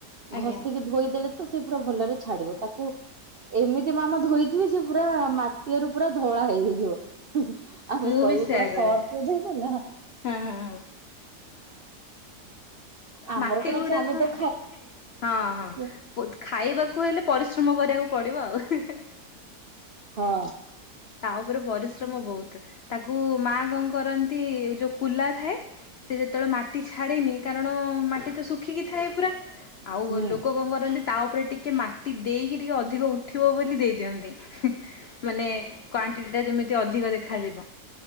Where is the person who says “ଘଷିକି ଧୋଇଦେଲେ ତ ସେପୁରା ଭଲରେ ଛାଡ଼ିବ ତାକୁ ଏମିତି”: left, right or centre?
Right